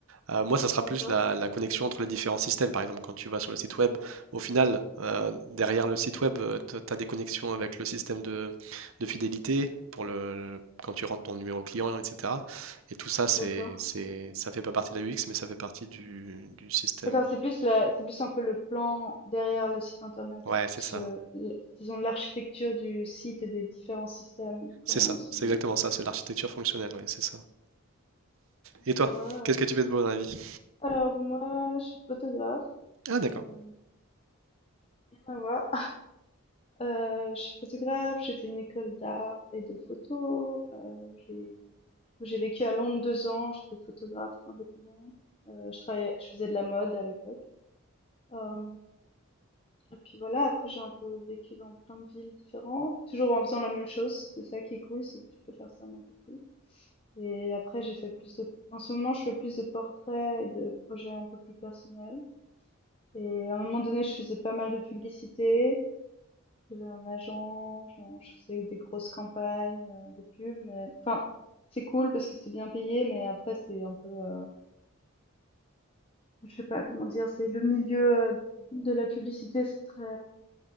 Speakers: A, on the right; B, on the left.
A: Euh, moi, ça sera
B: D'accord,
A: plus la, la connexion entre les différents systèmes. Par exemple, quand tu vas sur le site web, au final, euh, derrière le site web, tu as des connexions avec le système de, de fidélité pour le, quand tu rentres ton numéro client, etc. Et tout ça,
B: d'accord.
A: c'est, c'est, ça fait pas partie de la UX, mais ça fait partie du, du système.
B: D'accord, c'est plus la, c'est plus un peu le plan derrière le site internet,
A: Ouais,
B: ou
A: c'est
B: plus
A: ça.
B: le, le- disons l'architecture du site et des différents systèmes, comment
A: C'est ça.
B: ils sont.
A: C'est exactement ça. C'est l'architecture fonctionnelle. Ouais, c'est ça.
B: Eh,
A: Et toi,
B: ouais, ouais.
A: qu'est-ce
B: ouais.
A: que tu fais de beau dans la vie?
B: Alors moi, je suis photographe.
A: Ah, d'accord.
B: Euh, rien à voir. Euh, je suis photographe. J'ai fait une école d'art et de photo. Euh, j'ai j'ai vécu à Londres deux ans. J'étais photographe indépendante. Euh, je travaillais, je faisais de la mode à l'époque. Euh, Et puis voilà, après j'ai un peu vécu dans plein de villes différentes, toujours en faisant la même chose. C'est ça qui est cool, c'est que tu peux faire ça n'importe où. Et après j'ai fait plus de... En ce moment, je fais plus de portraits et de projets un peu plus personnels. Et à un moment donné, je faisais pas mal de publicité. J'avais un agent, genre, je faisais des grosses campagnes euh, de pub, mais enfin, c'est cool parce que c'est bien payé, mais après c'est un peu, euh, je sais pas comment dire, c'est le milieu euh, de la publicité, c'est très